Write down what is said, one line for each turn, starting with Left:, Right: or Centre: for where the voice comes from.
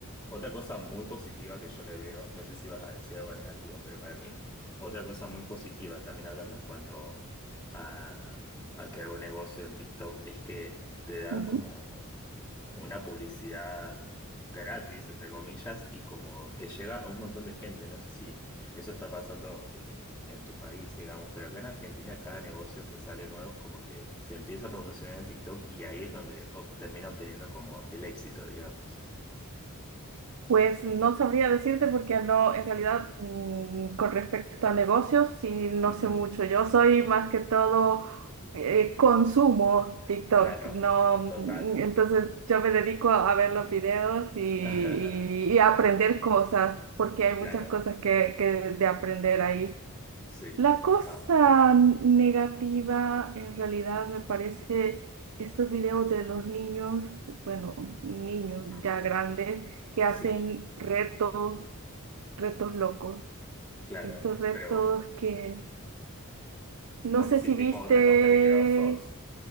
Left: Otra cosa muy positiva que yo le veo, no sé si vas a decir algo negativo, pero para mí, otra cosa muy positiva, también hablando en cuanto a, a crear un negocio en TikTok, es que te da
Right: Ujú.
Left: como una publicidad gratis, entre comillas, y como que llega a un montón de gente. No sé si eso está pasando eh, en tu país, digamos, pero acá en Argentina cada negocio que sale nuevo es como que se empieza a promocionar en TikTok y ahí es donde ob- termina obteniendo como el éxito, digamos.
Right: Pues no sabría decirte porque no, en realidad mm, con respecto a negocios, sí, no
Left: Ujú.
Right: sé mucho. Yo soy más que todo eh, consumo TikTok,
Left: Claro,
Right: no,
Left: total.
Right: mm, entonces yo me dedico a ver los videos y, y-
Left: <laughs>
Right: y a aprender cosas porque hay
Left: Claro,
Right: muchas cosas que, que de aprender ahí.
Left: sí.
Right: La cosa
Left: Ah,
Right: negativa en realidad me parece estos videos de los niños, bueno, niños
Left: ujú,
Right: ya grandes que hacen
Left: Sí,
Right: retos, retos locos.
Left: claro.
Right: Estos retos
Left: Pero,
Right: que no
Left: ¿Vos
Right: sé si
Left: decís
Right: viste,
Left: tipo retos peligrosos?